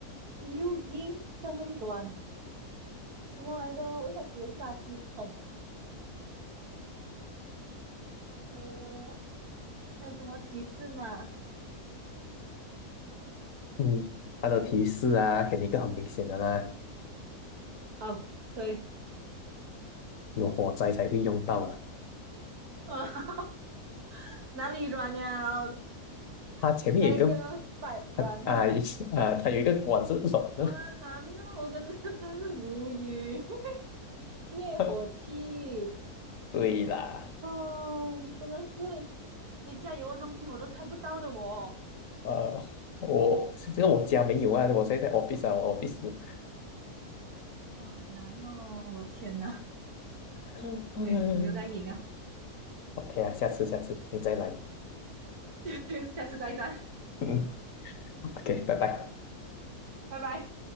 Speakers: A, on the right; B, on the left.
A: U 音下面短，什么来的？我一开始以为是垃圾桶。呃，还有什么提示吗？
B: 嗯，它的提示啊，给你一个很明显的啦，
A: 哦，可以，
B: 有火灾才会用到啊。
A: 啊，<laughs> 哪里软呀？
B: 它前面有一个，
A: <laughs> 那一个百软是吗？
B: 它啊一啊，它有一个管是什么呢？
A: <laughs> 哇，难哦，我跟他真是无语。<laughs> 灭火器，
B: <laughs> 对啦，
A: 哦，你真的是，你加油的东西我都猜不到的我，
B: 呃，我这个我家没有啊，我现在在 office 啊，我 office 有。
A: 哇，难哦，我的天哪。
B: 嗯嗯，
A: 对，你又在赢啊，
B: OK 啊，下次下次你再来。
A: <laughs> 下次再战，
B: 嗯，OK，拜拜。
A: 拜拜。